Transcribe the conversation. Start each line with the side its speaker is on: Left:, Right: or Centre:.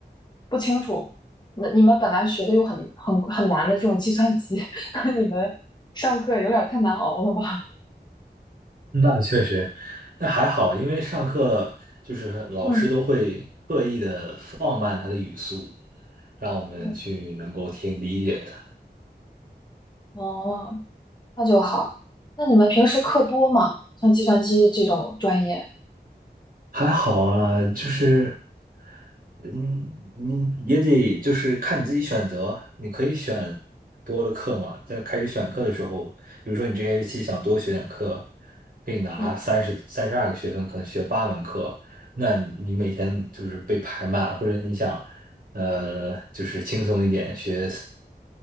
Left: 不清楚，那你们本来学的又很很很难的这种计算机，<laughs> 那你们上课有点太难熬了吧？
Right: 那确实，那还好，因为上课就是老师都会刻意的放慢他的语速，
Left: 嗯，
Right: 让我们去能够听理解的。
Left: 嗯哦，那就好。那你们平时课多吗？像计算机这种专业？
Right: 还好啊，就是。嗯，你也得就是看你自己选择，你可以选多的课嘛。在开始选课的时候，比如说你这学期想多学点课，可以拿三十三十二个学分，
Left: 嗯
Right: 可能学八门课，那你每天就是被排满，或者你想，呃，就是轻松一点学